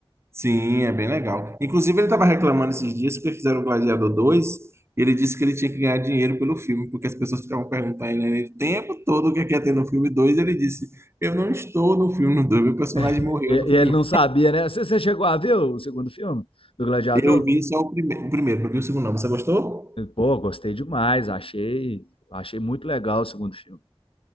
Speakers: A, on the right; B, on the left.
A: Sim, é bem legal. Inclusive, ele estava reclamando esses dias porque fizeram o Gladiador 2, e ele disse que ele tinha que ganhar dinheiro pelo filme, porque as pessoas ficavam perguntando a ele né, o tempo todo o que é que ia ter no filme 2. Ele disse: Eu não estou no filme 2, meu personagem
B: <laughs>
A: morreu
B: E,
A: no filme
B: e ele não sabia, né? Você, você chegou a ver o segundo filme do Gladiador?
A: Eu vi só o, prime o primeiro, não vi o segundo não. Você gostou?
B: Pô, gostei demais, achei, achei muito legal o segundo filme.